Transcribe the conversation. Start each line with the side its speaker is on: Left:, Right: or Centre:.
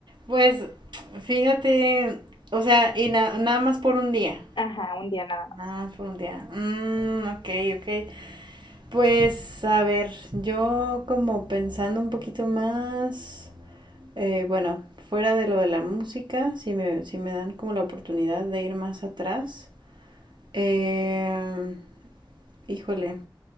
Right: Pues, fíjate, o sea, y na- nada más por un día.
Left: ajá, un día nada más.
Right: Nada más por un día. Mm, ok, ok. Pues, a ver, yo como pensando un poquito más. Eh, bueno, fuera de lo de la música, si me, si me dan como la oportunidad de ir más atrás, eh, híjole,